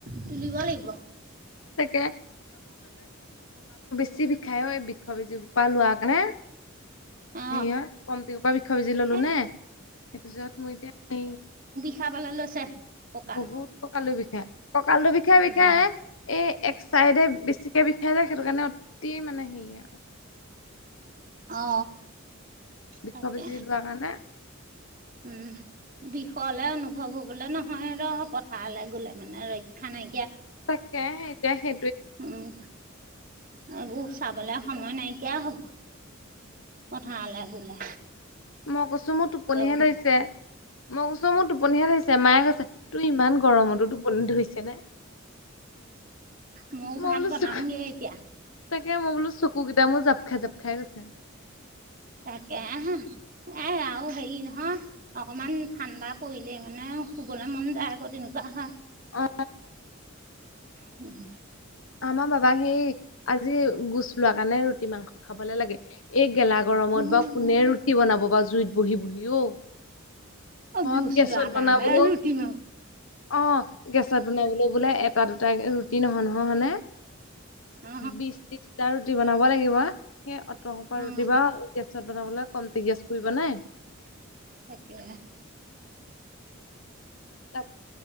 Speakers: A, on the right (about 40°); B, on the left (about 75°).
A: তুলিব লাগিব।
B: তাকে যি বিখাই বৃক্ষ বেজি সোপা লোৱা কাৰণে সেয়
A: অ
B: কমটিৰ সুপা বৃক্ষ বেজি ললো
A: এ
B: নে তাপিছত মই এতিয়া স
A: খাবাললৈ লৈছে। কঁকাল
B: বহুত ককালো বিষা ককালটো বিষা ই
A: উম
B: বিষাই এই এক চাইডে বেছিকে বিষায় যায় সেইটো কাৰণে অতি মানে সেই আৰু।
A: অ
B: বিষৰ
A: তাকে
B: বেজি লোৱাৰ কাৰণে
A: উম। বিষহলে অনুভৱ হবলৈ নহয় ৰ পথাৰলৈ গলে মানে ৰক্ষা নাই।
B: চাকে এতিয়া হে
A: উম, এইবোৰ চাবলে সময় নাইকিয়া হ'ব। পথাৰলে গোলে।
B: মই কৈছোঁ মোৰ টোপনিহে
A: উল
B: ধৰিছে, মই কৈছোঁ মোৰ টোপনিহে ধৰিছে মায়ে ক তোৰ ইমান গৰমতো টোপনি ধৰিছে নে?
A: ময়ও
B: মই
A: ভাত
B: বোলো
A: বনামগে
B: চকু
A: এতিয়া
B: তাকে মই বোলো চকুকেইটা মোৰ জাপ খাই জক খাই গৈছে।
A: তাকে আহ এ আওঁ হেই নহয়। অকমান ঠাণ্ডা পৰিলেই মানে শুবলৈ মন যায় আকৌ তেনেকুৱা হয়।
B: অ
A: হম হ
B: আমাৰ বাবাক সেই আজি গুচ লোৱা কাৰণে ৰুটি মাংস খাবলে লাগে। এই গেলা গৰমত
A: উম,
B: বা কোনে ৰুটি বনাব বা জুইত বহি বহিও
A: গোচ
B: অ গেছত
A: লোৱাৰ কাৰণে
B: বনাবলৈও
A: ৰুটি মাংস
B: অ গেছত বনাবলৈ বোলে এ এতা দু তা ৰুটি নহয় নহয়ন হয়নে
A: অ
B: বিশ ত্ৰিশ। যা ৰুটি বনাব লাগিব সেই অট পৰা
A: অ
B: ৰুটি বা ত বনাবলৈ কম গেছ পোৰিব নাই।
A: থাকে।
B: তাক